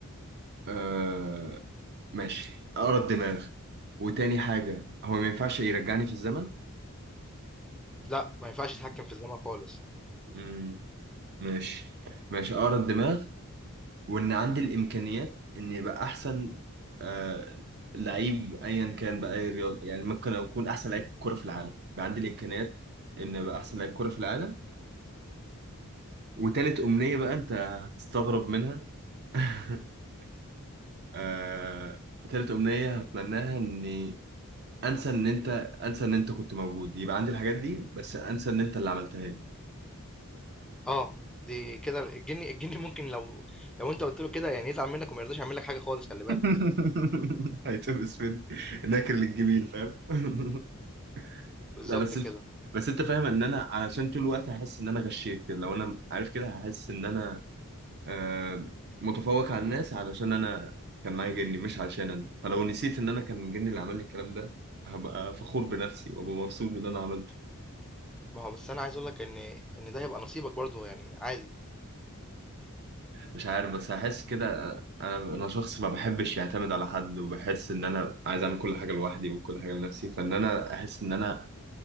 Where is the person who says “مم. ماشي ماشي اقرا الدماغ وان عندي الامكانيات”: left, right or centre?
Right